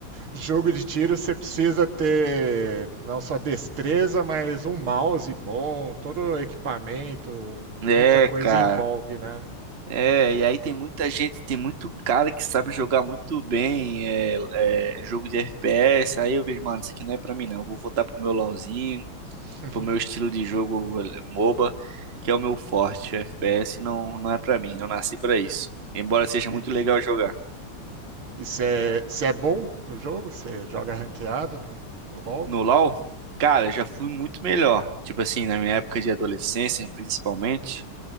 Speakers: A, on the right (about 75°); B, on the right (about 35°).
A: jogo de tiro você precisa ter não só destreza, mas um mouse bom, todo o equipamento,
B: É,
A: muita coisa
B: cara.
A: envolve, né?
B: É, e aí tem muita gente, tem muito cara que sabe jogar muito bem é, é, jogo de FPS. Aí eu vejo, mano, isso aqui não é pra mim, não. Eu vou voltar pro meu LoLzinho,
A: <laughs>
B: pro meu estilo de jogo eh, MOBA, que é o meu forte. O FPS não, não é pra mim, não nasci pra isso. Embora seja
A: E
B: muito legal jogar.
A: e você é, você é bom no jogo? Você joga ranqueada no, no LoL?
B: No LoL, cara, eu já fui muito melhor. Tipo assim, na minha época de adolescência, principalmente.